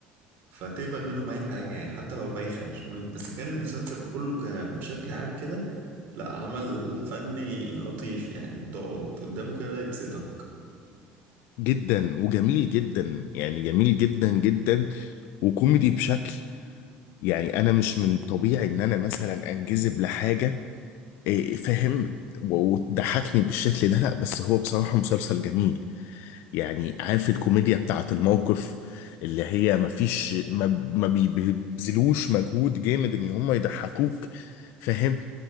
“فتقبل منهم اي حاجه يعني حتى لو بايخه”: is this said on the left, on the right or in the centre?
Right